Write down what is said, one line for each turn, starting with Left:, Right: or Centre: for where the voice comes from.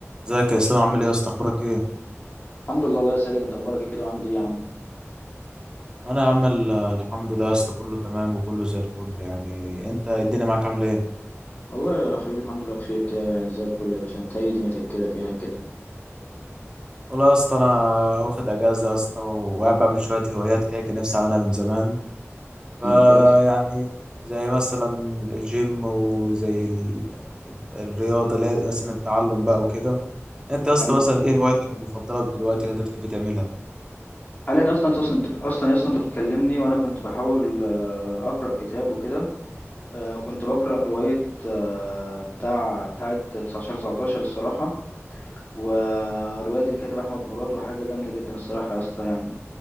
Right: ازيك يا اسلام عامل ايه يا اسطى اخبارك ايه
Left: الحمد لله والله يا ساجد انت اخبارك ايه كده وعامل ايه يا عم
Right: انا يا عم ال- الحمد لله يا اسطى كله تمام وكله زي الفل يعني انت الدنيا معاك عامله ايه
Left: والله يا حبيبي الحمد لله بخير كده يعني زي الفل يا باشا انت ايه دنيتك كده فينك كده
Right: والله يا اسطى انا واخد اجازه يا اسطى وقاعد بعمل شويه هوايات كده كان نفسي اعملها من زمان فيعني
Left: ممتاز
Right: زي مثلا الجيم وزي ال... الرياضه اللي هي مثلا التعلم بقى وكده انت يا اسطى
Left: حلو
Right: مثلا ايه هوايتك المفضله دلوقتي اللي انت بتحب تعملها
Left: حاليا اصلا انت اصلا اصلا اصلا انت بتكلمني وانا كنت بحاول آه، اقرا كتاب وكده آه، كنت بقرا روايه آه، بتاع بتاعه 19 19 الصراحه وروايه دي الكاتب احمد مراد وحاجه جامده جدا الصراحه يا اسطى يعني